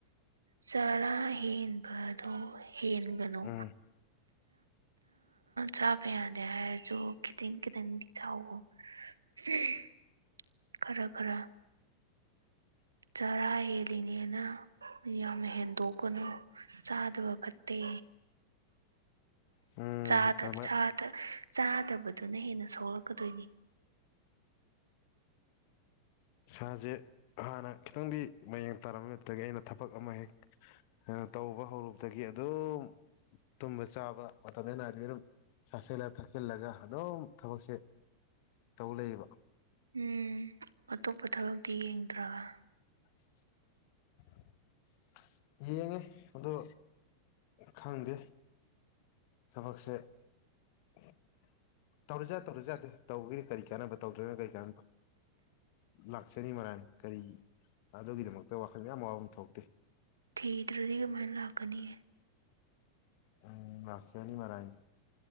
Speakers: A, on the right; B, on the left.
A: ꯆꯥꯔꯥ ꯍꯦꯟꯕ ꯑꯗꯣ ꯍꯦꯟꯒꯅꯨ
B: ꯎꯝ
A: ꯆꯥꯕ ꯌꯥꯗꯦ ꯍꯥꯏꯔꯁꯨ ꯈꯤꯇꯪ ꯈꯤꯇꯪꯗꯤ ꯆꯥꯎꯋꯣ <unintelligible> ꯈꯔ ꯈꯔ ꯆꯔꯥ ꯍꯦꯜꯂꯤꯅꯦꯅ ꯌꯥꯝ ꯍꯦꯟꯗꯣꯛꯀꯅꯨ ꯆꯥꯗꯕ ꯐꯠꯇꯦ
B: ꯎꯝ
A: ꯆꯥꯗ
B: ꯑꯃ
A: ꯆꯥ ꯆꯥꯗꯕꯗꯨꯅ ꯍꯦꯟꯅ ꯁꯣꯛꯂꯛꯀꯗꯣꯏꯅꯤ
B: ꯏꯁꯥꯖꯦ ꯍꯥꯟꯅ ꯈꯤꯇꯪꯗꯤ ꯃꯌꯦꯡ ꯇꯥꯔꯝꯃꯦ ꯑꯇꯨꯇꯒꯤ ꯑꯩꯅ ꯊꯕꯛ ꯑꯃ ꯍꯦꯛ ꯇꯧꯕ ꯍꯧꯔꯨꯕꯗꯒꯤ ꯑꯗꯨꯝ ꯇꯨꯝꯕ ꯆꯥꯕ ꯃꯇꯝꯅꯦ ꯅꯥꯏꯗꯕꯤ ꯑꯗꯨꯝ ꯆꯥꯁꯤꯜꯂꯦ ꯊꯛꯆꯤꯜꯂꯒ ꯑꯗꯨꯝ ꯊꯕꯛꯁꯦ ꯇꯧ ꯂꯩꯕ
A: ꯎꯝ ꯑꯇꯣꯞꯄ ꯊꯕꯛꯇꯤ ꯌꯦꯡꯗ꯭ꯔꯕ
B: <unintelligible> ꯌꯦꯡꯉꯦ ꯑꯗꯣ ꯈꯪꯗꯦ ꯊꯕꯛꯁꯦ ꯇꯧꯔꯥꯖꯨꯠ ꯌꯥꯏ ꯇꯧꯗꯔꯥꯖꯨꯠ ꯌꯥꯏ ꯇꯧꯕꯒꯤꯅꯤ ꯀꯔꯤ ꯀꯥꯟꯅꯕ ꯇꯧꯗ꯭ꯔꯥꯒꯅ ꯀꯔꯤ ꯀꯥꯟꯅꯕ ꯂꯥꯛꯆꯅꯤ ꯃꯔꯥꯏꯅ ꯀꯔꯤ ꯑꯗꯨꯒꯤꯗꯃꯛꯇ ꯋꯥꯈꯜ ꯌꯥꯝ ꯋꯥꯐꯝ ꯊꯣꯛꯇꯦ
A: ꯊꯤꯇꯔꯥꯗꯤ ꯀꯃꯥꯏꯟ ꯂꯥꯛꯀꯥꯅꯤ
B: ꯎꯝ ꯂꯥꯛꯀꯆꯥꯅꯤ ꯃꯔꯥꯏꯅ